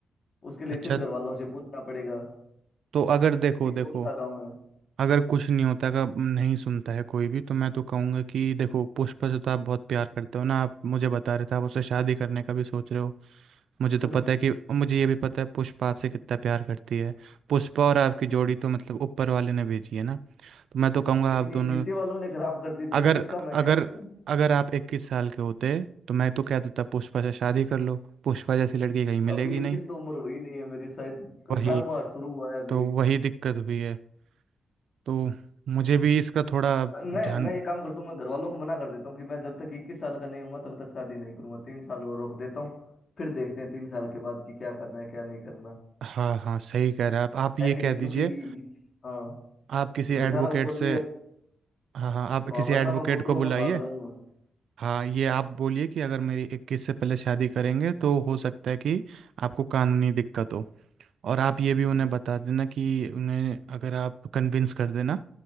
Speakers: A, on the left; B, on the right.
A: उसके लिए
B: अच्छा
A: फिर घर वालों से पूछना पड़ेगा
B: तो अगर देखो
A: कि
B: देखो
A: कौन सा गांव है
B: अगर कुछ नहीं होता का नहीं सुनता है कोई भी तो मैं तो कहूँगा कि देखो पुष्पा से तो आप बहुत प्यार करते हो ना आप मुझे बता रहे थे आप उससे शादी करने का भी सोच रहे हो मुझे
A: सोच
B: तो पता है कि मुझे ये भी पता है पुष्पा आपसे कितना प्यार करती है पुष्पा और आपकी जोड़ी तो मतलब ऊपर वाले ने भेजी है ना तो मैं तो कहूँगा
A: लेकिन
B: आप
A: ये
B: दोनों
A: नीचे वालों ने खराब कर दी
B: अगर
A: जोड़ी उसका
B: अगर
A: मैं क्या करूं
B: अगर आप इक्कीस साल के होते तो मैं तो कह देता पुष्पा से शादी कर लो पुष्पा जैसी लड़की कहीं मिलेगी
A: अभी इक्कीस
B: नहीं
A: तो उम्र हुई नहीं है मेरी शायद
B: वही
A: अठारहवां शुरू हुआ है अभी
B: तो वही दिक्कत हुई है तो मुझे भी इसका थोड़ा
A: मैं
B: जान
A: मैं एक काम करता हूँ मैं घर वालों को मना कर देता हूँ कि मैं जब तक इक्कीस साल का नहीं हूँ तब तक शादी नहीं करूंगा तीन साल और रोक देता हूँ फिर देखते हैं तीन साल के बाद कि क्या करना है क्या नहीं करना
B: हाँ हाँ सही कह रहे हैं आप आप ये
A: है कि
B: कह
A: नहीं क्योंकि
B: दीजिए
A: हाँ
B: आप किसी
A: क्योंकि
B: एडवोकेट
A: अठारह उम्र
B: से
A: भी है
B: हाँ हाँ आप
A: हाँ
B: किसी
A: वरना
B: एडवोकेट
A: मैं बोल दूंगा
B: को बुलाइए
A: मैं भाग जाऊंगा
B: हाँ ये आप बोलिए कि अगर मेरी इक्कीस से पहले शादी करेंगे तो हो सकता है कि आपको कानूनी दिक्कत हो और आप ये भी उन्हें
A: बिल्कुल
B: बता देना कि उन्हें अगर आप कन्विंस कर देना